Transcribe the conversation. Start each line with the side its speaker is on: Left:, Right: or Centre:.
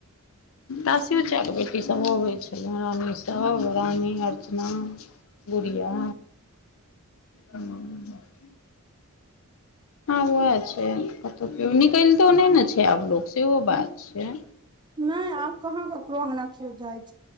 Left: ताशी चच्चा के बेटी। ई सभ अबै छलै, रानी सभ, रानी, अर्चना, गुड़िया। हुँ। हाँ उएह छै, कतहु केओ निकलितो नहि ने छै आब लोक, सेहो बात छै।
Right: नहि आब कहाँ ककरो अँगना छीओ जाइत।